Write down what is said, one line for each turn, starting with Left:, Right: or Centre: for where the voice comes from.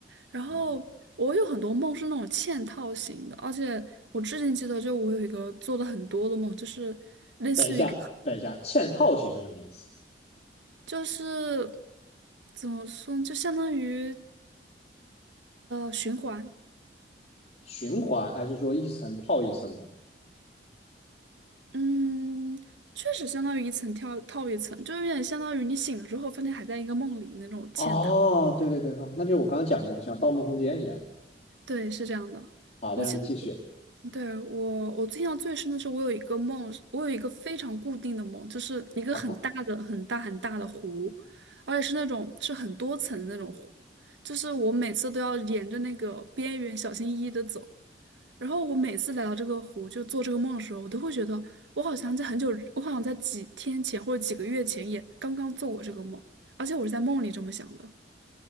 Right: 然后我有很多梦是那种嵌套型的，
Left: 嗯
Right: 而且我至今记得，就我有一个做的很多的梦，就是类似于一个。
Left: 等一下，等一下，嵌套型是什么意思？
Right: 就是怎么说呢，就相当于呃循环，
Left: 循环还是说一层套一层梦？
Right: 嗯，确实相当于一层跳套一层，就有点相当于你醒了之后发现还在一个梦里那种嵌套。
Left: 哦，对对对，哦那就是我刚刚讲的那种像《盗梦空间》一样。
Right: 对，是这样的。
Left: 好的，
Right: 我记得。
Left: 让你继续。
Right: 对，我，我印象最深的是，我有一个梦，我有一个非常固定的梦，就是一个很大的、
Left: 啊，
Right: 很大、很大的湖，而且是那种是很多层的那种湖，就是我每次都要沿着那个边缘小心翼翼的走。然后我每次来到这个湖，就做这个梦的时候，我都会觉得我好像在很久，我好像在几天前或者几个月前也刚刚做过这个梦，而且我是在梦里这么想的。